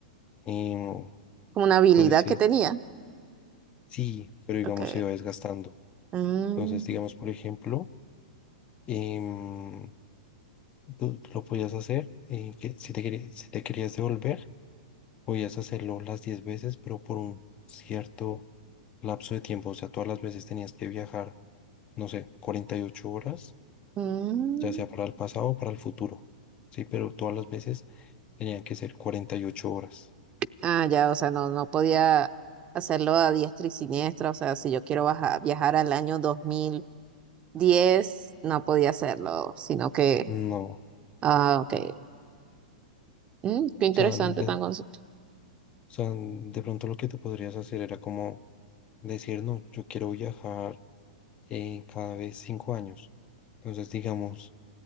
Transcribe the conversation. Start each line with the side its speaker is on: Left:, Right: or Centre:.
Left: em,
Right: Como una habilidad
Left: tú dices,
Right: que tenía.
Left: sí, pero digamos
Right: Ok.
Left: se va desgastando.
Right: Mm,
Left: Entonces, digamos, por ejemplo, em, tú lo podías hacer, eh, que si te querías, si te querías devolver, podías hacerlo las 10 veces, pero por un cierto lapso de tiempo. O sea, todas las veces tenías que viajar, no sé, 48 horas,
Right: mm.
Left: ya sea para el pasado o para el futuro. Sí, pero todas las veces tenían que ser 48 horas.
Right: Ah, ya, o sea, no, no podía hacerlo a diestra y siniestra. O sea, si yo quiero baja- viajar al año dos mil diez, no podía hacerlo, sino que,
Left: No, o
Right: ah, ok. Mm, qué interesante
Left: sea, de-
Right: tan concepto.
Left: O sea, de pronto lo que tú podrías hacer era como decir, no, yo quiero viajar eh, cada vez cinco años. Entonces, digamos,